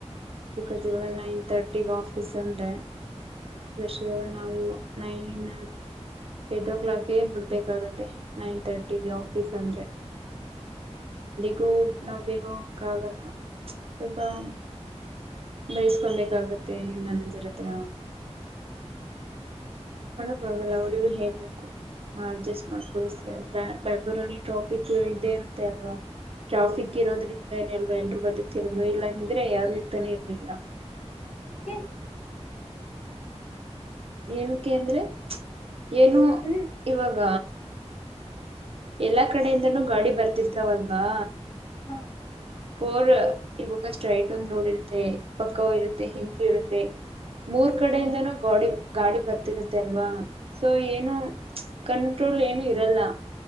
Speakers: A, on the right (about 55°); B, on the left (about 65°).
A: ಬಿಕಾಸ್ ಇವಾಗ ನೈನ್ ತರ್ಟಿಗ್ ಆಫೀಸ್ ಅಂದ್ರೆ
B: ಹ್ಮ್
A: <unintelligible> ನಾವು ನೈನ್ ಏಟ್ ಓ ಕ್ಲಾಕ್ ಗೆ ಬಿಡ್ಬೇಕಾಗುತ್ತೆ ನೈನ್ ತರ್ಟಿಗೆ ಆಫೀಸ್ ಅಂದ್ರೆ
B: ಹ್ಮ್ಮ್.
A: ಹೂಂ! ನಾವ್ ಬೇಗ ಹೋಗೋಕಾಗಲ್ಲ. <unintelligible> ಬೈಸ್ಕೊಮ್ಬೇಕಾಗುತ್ತೆ ನಿಮ್ ಮ್ಯಾನೇಜರ್ ಹತ್ರ.
B: ಹ್ಮ್ಮ್.
A: ಇವಾಗಲ್ಲ ಅವ್ರಿಗೂ ಹೇಳ್ಬೇಕು ಮಾ ಅಡ್ಜಸ್ಟ್ ಮಾಡ್ಕೊಳಿ ಸರ್ ಬೆಂಗ್ಳೂರಲ್ಲಿ ಟ್ರಾಫಿಕ್ ಇದ್ದೆ ಇರುತ್ತೆ ಅಲ್ವಾ ಟ್ರಾಫಿಕ್ ಇರೋದ್ರಿಂದಾನೆ ಅಲ್ವಾ ಎಲ್ರು ಬದುಕ್ತಿರೋದು ಇಲ್ಲಂದಿದ್ರೆ ಯಾರು ಇರ್ತಾನೆ ಇರ್ ಇಲ್ಲ.
B: ಏಕೆ?
A: ಏನುಕ್ಕೆ ಅಂದ್ರೆ? ಏನು
B: ಹ್ಮ್
A: ಇವಾಗ ಎಲ್ಲಾ ಕಡೆಯಿಂದನೂ ಗಾಡಿ ಬರ್ತಿರ್ತಾವಲ್ವಾ?
B: ಹ್ಮ್ಮ್.
A: ಫೋರ್ ಇವಾಗ ಸ್ಟ್ರೈಟ್ ಒಂದ್ ರೋಡ್ ಇರುತ್ತೆ ಪಕ್ಕವ ಇರುತ್ತೆ ಹಿಂಪ್ ಇರುತ್ತೆ ಮೂರ್ ಕಡೆಯಿಂದನೂ
B: ಹ್ಮ್
A: ಗಾಡಿ ಗಾಡಿ ಬರ್ತಿರುತ್ತೆ ಅಲ್ವಾ ಸೊ ಏನು ಕಂಟ್ರೋಲ್ ಏನು ಇರಲ್ಲ.